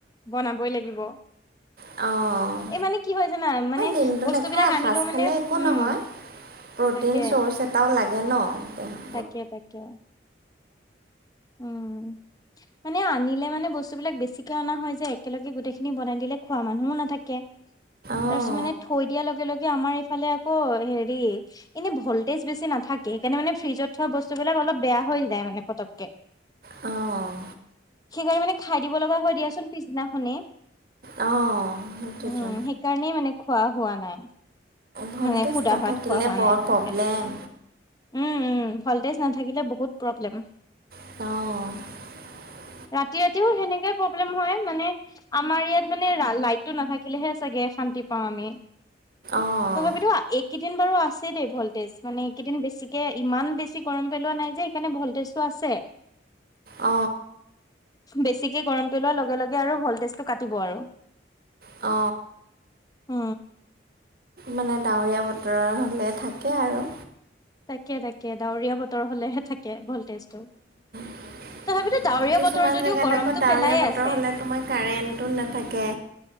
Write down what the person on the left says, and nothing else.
বনাবই লাগিব।
এই মানে কি হয় জানা? মানে
বস্তু
বিলাক
আনিলেও মানে
উম
তাকে
তাকে তাকে উম'। মানে আনিলে মানে বস্তুবিলাক বেছিকে অনা হয় যে একেলগে গোটেইখিনি বনাই দিলে খোৱা মানুহো নাথাকে।
তাৰপিছত মানে থৈ দিয়াৰ লগে-লগে আমাৰ এইফালে আকৌ হেৰি এনেই ভল্টেজ বেছি নাথাকে সেইকাৰণে মানে ফ্ৰীজত থোৱা বস্তুবিলাক অলপ বেয়া হৈ যায় মানে পতককে।
সেইকাৰণে মানে খাই দিব লগা হয় দিয়াচোন পিছনাখনে। উ
সেই সেই কাৰণেই মানে খোৱা হোৱা নাই।
মানে সুধা
ভাত খোৱা হোৱা
নাই তেনেকে
উম উম ভল্টেজ নাথাকিলে বহুত প্ৰব্লেম
ৰাতি ৰাতিও সেনেকে প্ৰব্লেম হয় মানে আমাৰ ইয়াত মানে লাইটটো নাথাকিলেহে চাগে শান্তি পাওঁ আমি
তথাপিতো এ কেইদিন বাৰু আছে দেই ভল্টেজ মানে কেইদিন বেছিকে ইমান বেছি গৰম পেলোৱা নাই যে সেইকাৰণে ভল্টেজটো আছে
বেছিকে গৰম পেলোৱাৰ লগে লগে আৰু ভল্টেজটো কাটিব আৰু
উ
তাকে তাকে ডাৱৰীয়া বতৰ হলেহে থাকে ভল্টেজটো
তথাপিতো ডাৱৰীয়া
বতৰ যদিও
গৰমটো
পেলায়ে
আছে